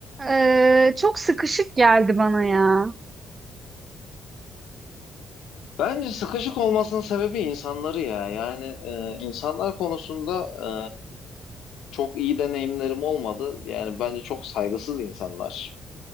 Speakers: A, on the right (about 30°); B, on the left (about 85°).
A: Ee, çok sıkışık geldi bana ya.
B: Bence sıkışık olmasının sebebi insanları ya. Yani e, insanlar konusunda e, çok iyi deneyimlerim olmadı. Yani bence çok saygısız insanlar.